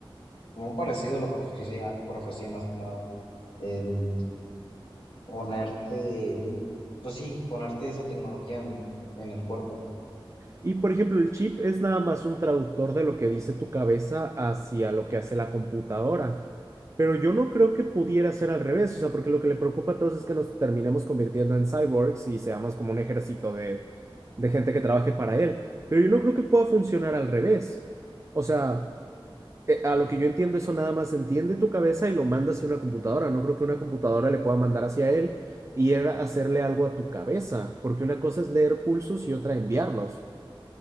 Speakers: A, on the left; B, on the right.
A: como un parecido a la profecía, profecía más que nada. el ponerte, en- pues sí, ponerte esa tecnología en, en el cuerpo.
B: Y por ejemplo, el chip es nada más un traductor de lo que dice tu cabeza hacia lo que hace la computadora. Pero yo no creo que pudiera ser al revés, o sea, porque lo que le preocupa a todos es que nos terminemos convirtiendo en cyborgs y seamos como un ejército de, de gente que trabaje para él. Pero yo no creo que pueda funcionar al revés. O sea, eh, a lo que yo entiendo, eso nada más entiende tu cabeza y lo manda hacia una computadora. No creo que una computadora le pueda mandar hacia él y él hacerle algo a tu cabeza, porque una cosa es leer pulsos y otra enviarlos.